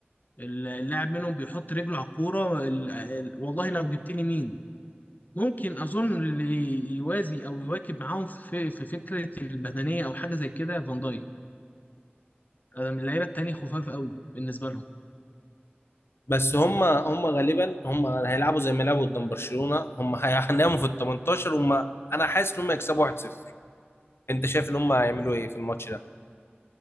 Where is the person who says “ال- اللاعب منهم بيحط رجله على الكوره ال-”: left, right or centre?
Left